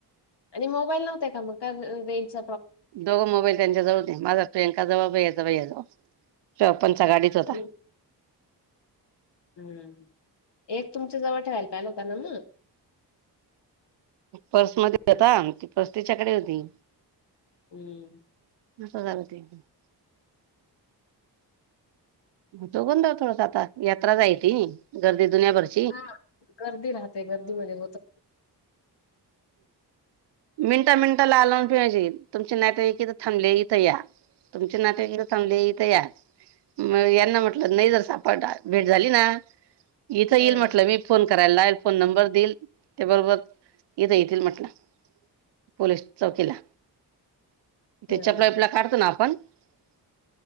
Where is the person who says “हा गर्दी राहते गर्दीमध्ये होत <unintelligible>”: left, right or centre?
Left